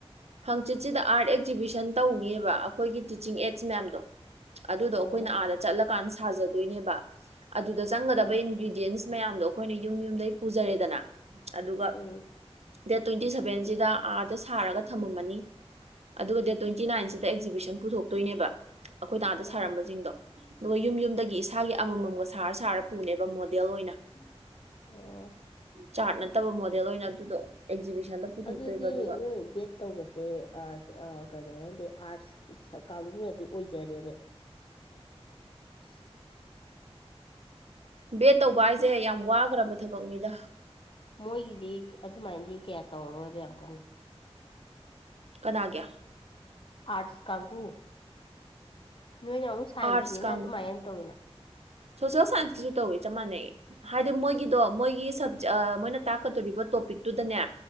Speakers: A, on the right (about 75°); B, on the left (about 50°).
A: ꯍꯪꯆꯤꯠꯁꯤꯗ ꯑꯥꯔꯠ ꯑꯦꯛꯖꯤꯕꯤꯁꯟ ꯇꯧꯅꯤꯕ ꯑꯩꯈꯣꯏꯒꯤ ꯇꯤꯆꯤꯡ ꯑꯦꯠ ꯃꯌꯥꯝꯗꯣ ꯑꯗꯨꯗꯣ
B: ꯑꯣ
A: ꯑꯩꯈꯣꯏꯅ ꯑꯥꯗ ꯆꯠꯂꯀꯥꯟꯗ ꯁꯥꯖꯗꯣꯏꯅꯦꯕ ꯑꯗꯨꯗ ꯆꯪꯒꯗꯕ
B: ꯑꯥ
A: ꯏꯟꯒ꯭ꯦꯗꯤꯌꯦꯟꯁ ꯃꯌꯥꯝꯗꯣ ꯑꯩꯈꯣꯏꯅ ꯌꯨꯝ ꯌꯨꯝꯗꯩ ꯄꯨꯖꯔꯦꯗꯅ ꯑꯗꯨꯒ
B: ꯎꯝ
A: ꯗꯦꯠ ꯇ꯭ꯋꯦꯟꯇꯤ ꯁꯚꯦꯟꯁꯤꯗ ꯑꯥꯗ ꯁꯥꯔꯒ ꯊꯝꯃꯝꯃꯅꯤ ꯑꯗꯨꯒ ꯗꯦꯠ ꯇ꯭ꯋꯦꯟꯇꯤ ꯅꯥꯏꯟꯁꯤꯗ ꯑꯦꯛꯖꯤꯕꯤꯁꯟ ꯄꯨꯊꯣꯛꯇꯣꯏꯅꯦꯕ ꯑꯩꯈꯣꯏꯅ ꯑꯥꯗ
B: ꯑꯥ
A: ꯁꯥꯔꯝꯕꯁꯤꯡꯗꯣ ꯑꯗꯨꯒ ꯌꯨꯝ ꯌꯨꯝꯗꯒꯤ ꯏꯁꯥꯒꯤ ꯑꯃꯃꯝꯒ ꯁꯥꯔ ꯁꯥꯔ ꯄꯨꯅꯦꯕ ꯃꯣꯗꯦꯜ ꯑꯣꯏꯅ
B: ꯎꯝ ꯑꯣ
A: ꯆꯥꯔꯠ ꯅꯠꯇꯕ ꯃꯣꯗꯦꯜ ꯑꯣꯏꯅ ꯑꯗꯨꯗꯣ ꯑꯦꯛꯖꯤꯕꯤꯁꯟꯗ ꯄꯨꯊꯣꯛꯇꯣꯏꯕ
B: ꯑꯗꯨꯗꯤ
A: ꯑꯗꯨꯒ
B: ꯅꯣꯏ ꯕꯦꯠ ꯇꯧꯕꯁꯦ ꯀꯩꯅꯣꯅꯗꯤ ꯑꯥꯔꯠꯁ ꯀꯥꯡꯕꯨꯅꯗꯤ ꯑꯣꯏꯖꯔꯦꯅꯦ <unintelligible>
A: ꯕꯦꯠ ꯇꯧꯕ ꯍꯥꯏꯁꯦ ꯌꯥꯝ ꯋꯥꯈ꯭ꯔꯕ ꯊꯕꯛꯅꯤꯗ
B: ꯃꯣꯏꯒꯤꯗꯤ ꯑꯗꯨꯃꯥꯏꯅꯗꯤ ꯀꯌꯥ ꯇꯧꯔꯔꯣꯏꯕ ꯌꯥꯝ ꯀꯟꯅ
A: ꯀꯅꯥꯒꯤ
B: ꯑꯥꯠꯁ ꯀꯥꯡꯕꯨ ꯅꯣꯏꯅ ꯑꯃꯨꯛ ꯁꯥꯏꯟꯁꯅꯤꯅ
A: ꯑꯥꯔꯠꯁ ꯀꯥꯡꯕꯨ
B: ꯑꯗꯨꯃꯥꯏꯅ ꯇꯧꯋꯤꯅ
A: ꯁꯣꯁꯦꯜ ꯁꯥꯏꯟꯁꯀꯤꯁꯨ ꯇꯧꯋꯤ ꯆꯞ ꯃꯥꯟꯅꯩ ꯍꯥꯏꯗꯤ ꯃꯣꯏꯒꯤꯗꯣ ꯃꯣꯏꯒꯤ ꯁꯞꯖꯦꯛ
B: ꯎꯝ
A: ꯃꯣꯏꯅ ꯇꯥꯛꯀꯗꯣꯔꯤꯕ ꯇꯣꯄꯤꯛꯇꯨꯗꯅꯦ